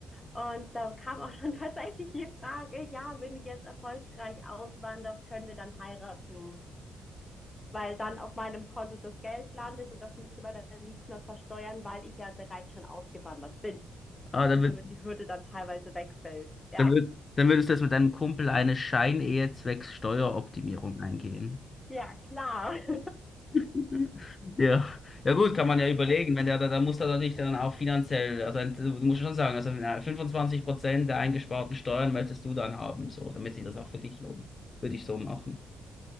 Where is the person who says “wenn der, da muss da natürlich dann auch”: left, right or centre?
Left